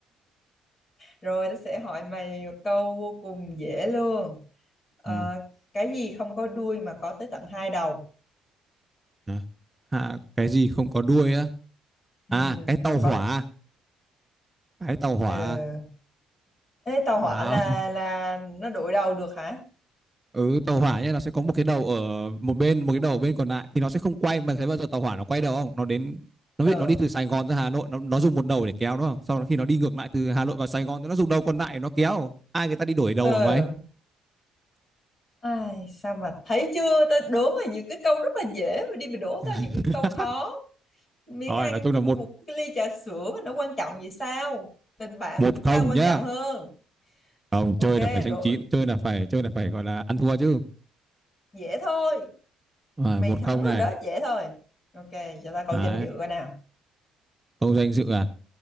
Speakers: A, on the left; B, on the right.
A: rồi tao sẽ hỏi mày một câu vô cùng dễ luôn Ờ,
B: Ừ.
A: cái gì không có đuôi mà có tới tận hai đầu
B: À, à, cái gì không có đuôi á?
A: Ừ,
B: À cái tàu
A: mà
B: hỏa.
A: có
B: Cái tàu hỏa.
A: ờ thế tàu
B: Nào.
A: hỏa là là nó đổi đầu được hả
B: Ừ tàu hỏa nhé nó sẽ có một cái đầu ở một bên một cái đầu ở bên còn lại thì nó sẽ không quay mà thấy bao giờ tàu hỏa nó quay đầu không? Nó đến nó
A: ờ
B: bị nó đi từ Sài Gòn ra Hà Nội nó nó dùng một đầu để kéo đúng không? Sau đó khi nó đi ngược lại từ Hà Nội vào Sài Gòn thì nó dùng đầu còn lại để nó kéo. Ai người ta đi đổi đầu
A: ờ
B: hả mày?
A: ai sao mà thấy chưa tao đố mà những cái câu rất là dễ mà đi mà đố
B: <laughs>
A: tao những câu khó miếng
B: Rồi
A: ăn
B: nói chung là
A: có
B: một
A: một cái ly trà sữa mà nó quan trọng vậy sao tình bạn
B: một
A: của chúng
B: không
A: ta quan
B: nhá.
A: trọng hơn
B: Không,
A: ok
B: chơi là phải xanh
A: đố
B: chín, chơi là phải chơi là phải gọi là ăn thua chứ.
A: dễ thôi
B: Rồi,
A: mày
B: một
A: thẳng
B: không
A: rồi
B: này.
A: đó dễ thôi ok cho tao câu
B: Đấy,
A: danh dự coi nào
B: câu danh dự à.